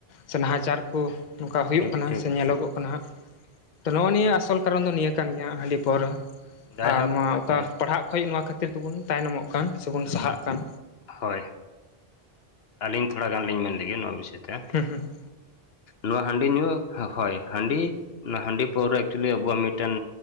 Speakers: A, on the left; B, on the left.
A: ᱥᱮ ᱱᱟᱦᱟᱪᱟᱨ ᱠᱚ, ᱱᱚᱝᱠᱟ ᱦᱩᱭᱩᱜ
B: ᱴᱷᱤᱠ
A: ᱠᱟᱱᱟ,
B: ᱴᱷᱤᱠ
A: ᱥᱮ ᱧᱮᱞᱚᱜᱚᱜ
B: ᱴᱷᱤᱠ
A: ᱠᱟᱱᱟ ᱦᱟᱸᱜ᱾ ᱛᱚ ᱱᱚᱜ-ᱚ ᱱᱤᱭᱟᱹ ᱟᱥᱚᱞ ᱠᱟᱨᱚᱱ ᱫᱚ ᱱᱤᱭᱟᱹ ᱠᱟᱱ ᱜᱮᱭᱟ ᱦᱟᱸᱜ ᱦᱟᱺᱰᱤ ᱯᱟᱣᱹᱨᱟᱹ
B: ᱡᱟᱭᱦᱳᱠ
A: ᱟᱨ ᱱᱚᱣᱟ ᱚᱠᱟ
B: ᱦᱮᱸ
A: ᱯᱟᱲᱦᱟᱜ ᱠᱷᱚᱡ ᱱᱚᱣᱟ ᱠᱷᱟᱹᱛᱤᱨ ᱛᱮᱵᱚᱱ ᱛᱟᱭᱱᱚᱢᱚᱜ ᱠᱟᱱ ᱥᱮᱵᱚᱱ ᱥᱟᱦᱟᱜ ᱠᱟᱱ
B: ᱦᱚᱭ, ᱟᱹᱞᱤᱧ ᱛᱷᱚᱲᱟ ᱜᱟᱱ ᱞᱤᱧ ᱢᱮᱱ ᱞᱮᱜᱮ ᱱᱚᱣᱟ ᱵᱤᱥᱚᱭ ᱛᱮ᱾
A: ᱦᱩᱸ ᱦᱩᱸ᱾
B: ᱱᱚᱣᱟ ᱦᱟᱺᱰᱤ ᱧᱩ ᱦᱚᱸ ᱦᱳᱭ ᱦᱟᱺᱰᱤ ᱱᱚᱶᱟ ᱦᱟᱺᱰᱤ ᱯᱟᱹᱣᱨᱟᱹ ᱪᱩᱞᱤ ᱟᱵᱚᱣᱟᱜ ᱢᱤᱫᱴᱮᱱ